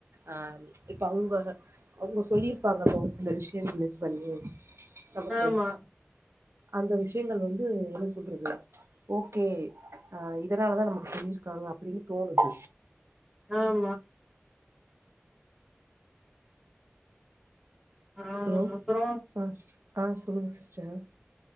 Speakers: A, on the right; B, in the centre.
A: ஆஹ் இப்ப அவங்க அவங்க சொல்லியிருப்பாங்க ஓரு சில விஷயங்கள் இது பண்ணி நமக்கு
B: ஆமாம்
A: அந்த விஷயங்கள் வந்து என்ன சொல்றது ஓகே அ இப் இதனாலதான் நமக்கு சொல்லியிருக்காங்க அப்படின்னு தோணுது
B: ஆமாம் ஆஹ்
A: ஹலோ
B: அப்புறம்
A: ஆ ஆ சொல்லுங்க சிஸ்டர்